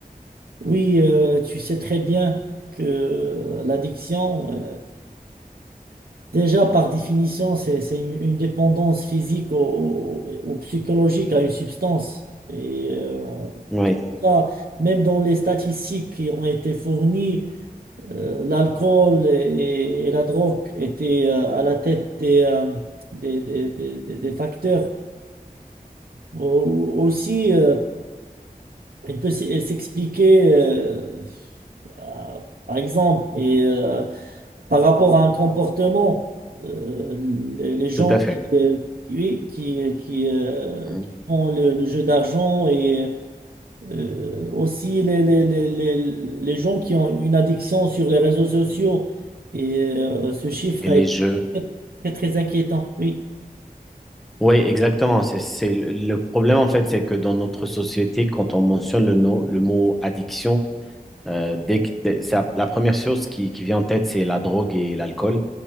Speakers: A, on the right; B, in the centre.
A: Oui, euh, tu sais très bien que euh, l'addiction. euh, Déjà, par définition, c'est, c'est une, une dépendance physique au- ou psychologique à une substance. Et euh,
B: Oui,
A: ça, même dans les statistiques qui ont été fournies, euh, l'alcool et, et la drogue étaient euh, à la tête des, euh, des, des- des- des- des facteurs. Au- Aussi, euh, il peut s- s'expliquer, euh, à- par exemple, et, euh, par rapport à un comportement, euh, les, les gens
B: tout à fait.
A: qui, euh, qui, oui, qui, qui, euh,
B: Mhm.
A: qui font le, le jeu d'argent et euh, aussi les, les, les, les, les gens qui ont une addiction sur les réseaux sociaux. Et euh, ce chiffre
B: Et les
A: a été
B: jeux.
A: très, très, très inquiétant. Oui,
B: Oui, exactement. C'est, c'est le le problème, en fait, c'est que dans notre société, quand on mentionne le, no- le mot addiction, euh, dès que- dès- ça- la première chose qui, qui vient en tête, c'est la drogue et l'alcool.